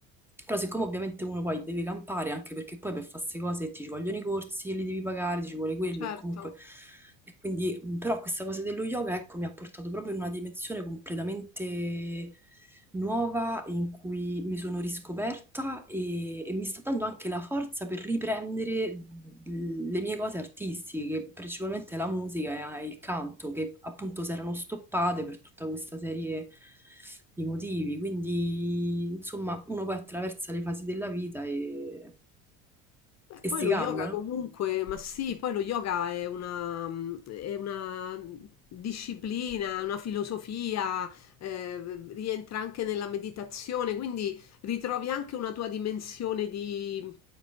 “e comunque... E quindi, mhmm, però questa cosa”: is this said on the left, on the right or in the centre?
Centre